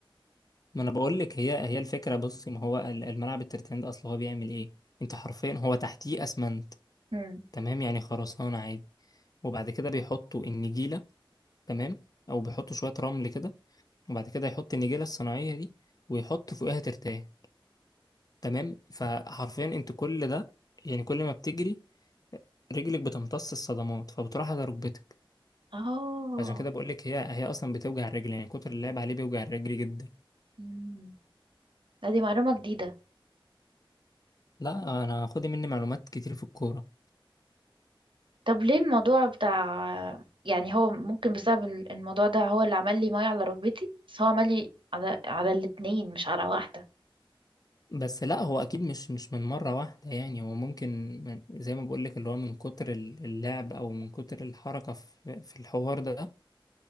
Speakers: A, on the left; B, on the right.
A: ما انا بقول لك هي هي الفكره بصي ما هو ال- الملعب الترتان ده اصل هو بيعمل ايه انت حرفيا هو تحتيه اسمنت
B: مم.
A: تمام يعني خرسانه عادي وبعد كده بيحطوا النجيله تمام او بيحطوا شويه رمل كده وبعد كده يحط النجيله الصناعيه دي ويحط فوقها ترتان تمام فحرفيا انت كل ده يعني كل ما بتجري رجلك بتمتص الصدمات فبتروح على ركبتك
B: اه
A: عشان كده بقول لك هي هي اصلا بتوجع الرجل يعني كتر اللعب عليه بيوجع الرجل جدا
B: مم. لا، دي معلومة جديدة
A: لا انا خدي مني معلومات كتير في الكوره
B: طب ليه الموضوع بتاع يعني هو ممكن بسبب ال- الموضوع ده هو اللي عمل لي مية على ركبتي بس هو عمل لي على على الاتنين مش على واحدة
A: بس لا هو اكيد مش مش من مره واحده يعني هو ممكن من- زي ما بقول لك اللي هو من كتر ال- اللعب او من كتر الحركه في في الحوار ده